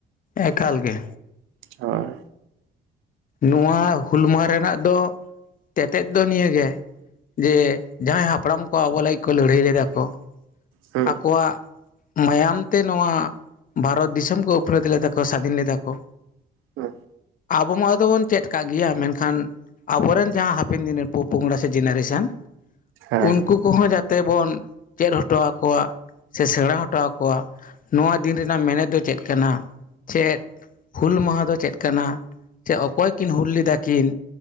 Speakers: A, on the left (about 45°); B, on the right (about 85°).
A: ᱮᱠᱟᱞ ᱜᱮ
B: ᱦᱚᱭ
A: ᱱᱚᱣᱟ ᱦᱩᱞ ᱢᱟᱦᱟ ᱨᱮᱱᱟᱜ ᱫᱚ ᱛᱮᱛᱮᱫ ᱫᱚ ᱱᱤᱭᱟᱹᱜᱮ ᱡᱮ ᱡᱟᱦᱟᱸᱭ ᱦᱟᱯ ᱦᱟᱯᱲᱟᱢ ᱠᱚ ᱟᱵᱚ ᱞᱟᱹᱜᱤᱫ ᱠᱚ ᱞᱟᱹᱲᱦᱟᱹᱭ ᱞᱮᱫᱟ ᱠᱚ᱾
B: ᱦᱮᱸ
A: ᱟᱠᱚᱣᱟᱜ ᱢᱟᱭᱟᱢ ᱛᱮ ᱱᱚᱣᱟ ᱵᱷᱟᱨᱚᱛ ᱫᱤᱥᱚᱢ ᱠᱚ ᱩᱯᱞᱟᱹᱫ ᱞᱮᱫᱟ ᱠᱚ ᱥᱟᱹᱫᱷᱤᱱ ᱞᱮᱫᱟ ᱠᱚ᱾
B: ᱦᱮᱸ
A: ᱟᱵᱚ ᱢᱟ ᱟᱫᱚᱚᱴᱵᱚᱱ ᱪᱮᱫ ᱟᱠᱟᱫ ᱜᱮᱭᱟ ᱢᱮᱱᱠᱷᱟᱱ ᱟᱵᱚᱨᱮᱱ ᱡᱟᱦᱟᱸ ᱦᱟᱯᱮᱱ ᱫᱤᱱ ᱨᱮᱱ ᱯᱚᱯᱚᱝᱲᱟ ᱥᱮ ᱡᱮᱱᱟᱨᱮᱥᱚᱱ
B: ᱦᱮᱸ
A: ᱩᱱᱠᱩ ᱠᱚᱦᱚᱸ ᱡᱟᱛᱮ ᱵᱚᱱ ᱪᱮᱫ ᱦᱚᱴᱚᱣᱟᱠᱚ ᱥᱮ ᱥᱮᱬᱟ ᱦᱚᱴᱚ ᱟᱠᱚᱣᱟ ᱱᱚᱣᱟ ᱫᱤᱱ ᱨᱮᱱᱟᱜ ᱢᱮᱱᱮᱛ ᱫᱚ ᱪᱮᱫ ᱠᱟᱱᱟ? ᱪᱮᱫ ᱦᱩᱞ ᱢᱟᱦᱟ ᱫᱚ ᱪᱮᱫ ᱠᱟᱱᱟ ᱪᱮ ᱚᱠᱚᱭ ᱠᱤᱱ ᱦᱩᱞ ᱞᱮᱫᱟ ᱠᱤᱱ?